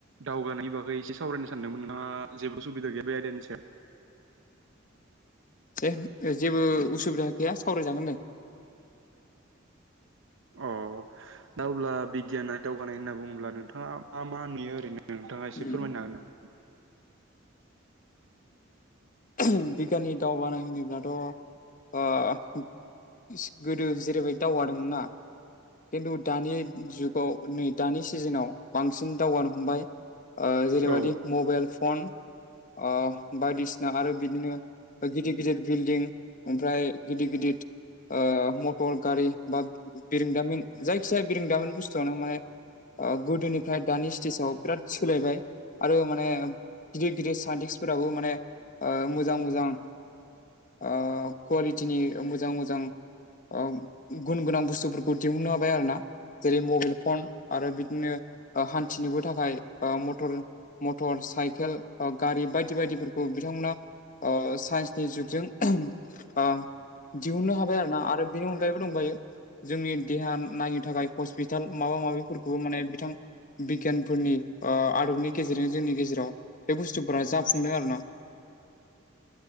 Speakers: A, on the right (about 65°); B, on the left (about 40°).
A: दावगानायनि बागै एसे सावरायनो सानदोंमोन नोंथांहा जेबो सुबिदा गैया बे आयदानि सायाव
B: दे जेबो उसुबिदा गैया सावरायजागोन दे।
A: अ दा अब्ला बिगियाना दावगानाय होनना बुङोब्ला नोंथाङा मा मा नुयो ओरैनो नोंथाङा एसे
B: उम।
A: फोरमायनो हागोन ना?
B: <unintelligible> बिगियाननि दावगानायहोब्लाथ' ओ गोदो जेरैबायदि दावगादोंमोन ना खिन्थु दानि जुगाव नै दानि सिजोनाव बांसिन दावगानो हमबाय। ओ जेरैबायदि
A: औ
B: मबाइल फन ओ बायदिसि ना आरो बिदिनो गिदिर गिदिर बिल्डिं ओमफ्राय गिदिर गिदिर ओ मथर गारि बा बिरोंदामिन जायखिजाया बिरोंदामिन बुस्थुआनो माने ओ गोदोनिफ्राय दानि स्टेजाव बिराद सोलायबाय आरो माने गिदिर गिदिर साइन्टिस्टफोराबो माने ओ मोजां मोजां ओ कवालिटिनि मोजां मोजां ओ गुन गोनां बुस्थुफोरखौ दिहुननो हाबाय आरो ना जेरै मबाइल फन आरो बिदिनो हान्थिनोबो थाखाय मथर मटर साइकेल बा गारि बायदि बायदिफोरखौ बिथांमोना साइन्सनि ओ जुगजों बा दिहुननो हाबाय आरो ना आरो बेनि अनगायैबो दंबायो जोंनि देहा नायनो थाखाय हस्पिटाल माबा माबिफोरखौबो माने बिथां बिगियानफोरनि ओ आदबनि गेजेरजों जोंनि गेजेराव बे बुस्थुफोरा जाफुंदों आरोना